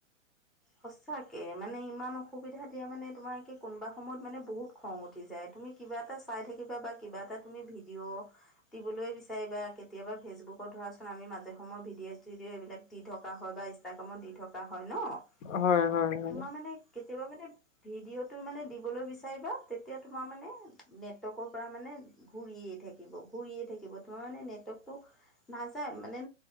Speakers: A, in the centre; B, on the left.
A: সচাকে মানে ইমান অসুবিধা এতিয়া মানে তোমাৰ কি কোনোবা সময়ত মানে বহুত খং উঠি যায় তুমি কিবা এটা চাই থাকিবা বা কিবা এটা তুমি ভিডিঅ' দিবলৈ বিচাৰিব বা কেতিয়াবা ফেচবুকত ধৰাচোন আমি মাজে সময় ভিডিঅ' চিডিঅ' এইবিলাক ট থকা বা কামত দি থকা হয় ন
B: হয়, হয়, হয়,
A: তোমাৰ মানে কেতিয়াবা মানে ভিডিঅ' তটো মানে দিবলৈ বিচাৰিবা তেতিয়া তোমাৰ মানে নেটৱৰ্কৰ পৰা মানে ঘৰিয়েই থাকে থাক ঘূৰিে থাকিব তোমাৰ মানে নেটৱৰ্কটো নাযায় মানে